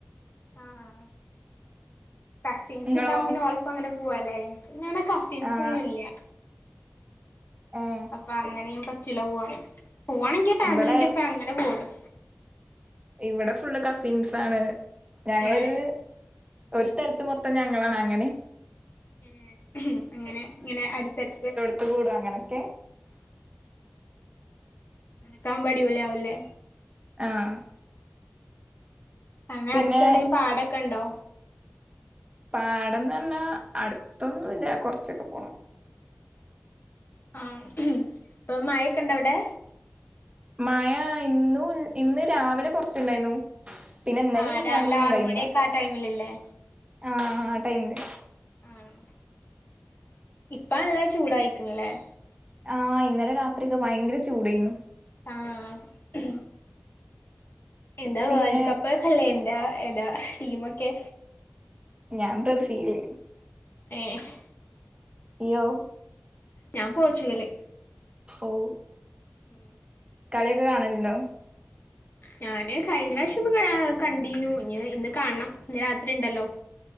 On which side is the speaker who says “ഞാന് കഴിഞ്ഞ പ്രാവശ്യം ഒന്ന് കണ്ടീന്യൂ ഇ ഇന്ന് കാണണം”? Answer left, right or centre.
Left